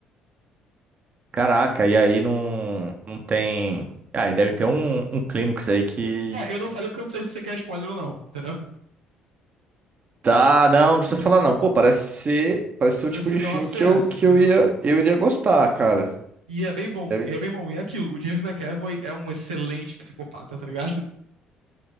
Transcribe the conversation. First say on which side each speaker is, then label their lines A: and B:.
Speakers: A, on the right; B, on the right.
A: Caraca, e aí não, não tem. Ah, e deve ter um, um clímax aí que.
B: É, eu não falei porque eu não sei se você quer spoiler ou não, entendeu?
A: Tá, não, não precisa falar não. Pô, parece ser, parece ser
B: Mas
A: o tipo
B: a sinopse
A: de filme que
B: é
A: eu,
B: essa,
A: que
B: entendeu?
A: eu iria, eu iria gostar, cara.
B: E é bem bom,
A: Deve...
B: e é bem bom. E é aquilo, o James McAvoy é um excelente psicopata, tá ligado?